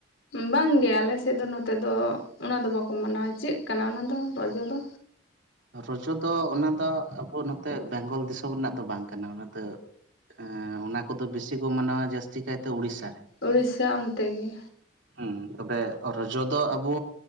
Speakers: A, on the left; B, on the right.
A: ᱵᱟᱝ ᱜᱮ ᱟᱞᱮ ᱥᱮᱫ ᱫᱚ ᱱᱚᱛᱮ ᱫᱚ ᱚᱱᱟ ᱫᱚ ᱵᱟᱠᱚ ᱢᱟᱱᱟᱣᱟ, ᱪᱮᱫ ᱠᱟᱱᱟ ᱚᱱᱟ ᱫᱚ ᱨᱚᱡᱚ ᱫᱚ?
B: ᱨᱚᱡᱚ ᱫᱚ ᱚᱱᱟ ᱫᱚ ᱟᱵᱚ ᱱᱚᱛᱮ ᱵᱮᱝᱜᱚᱞ ᱫᱤᱥᱚᱢ ᱨᱮᱱᱟᱜ ᱫᱚ ᱵᱟᱝ ᱠᱟᱱᱟ, ᱚᱱᱟᱛᱚ ᱮᱸᱻ ᱚᱱᱟ ᱠᱚᱫᱚ ᱵᱮᱥᱤ ᱠᱚ ᱢᱟᱱᱟᱣᱟ ᱡᱟᱹᱥᱛᱤ ᱠᱟᱭᱛᱮ ᱩᱲᱤᱥᱥᱟ ᱨᱮ᱾
A: ᱳᱲᱤᱥᱟ ᱚᱱᱛᱮ ᱜᱮ!
B: ᱦᱮᱸ, ᱛᱚᱵᱮ ᱨᱚᱡᱚ ᱫᱚ ᱟᱵᱚ